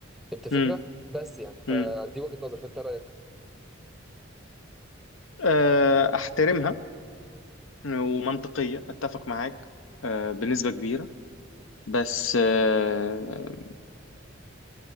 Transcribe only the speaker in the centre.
فهمت الفكره
بس يعني فدي
وجهه نظري فانت رايك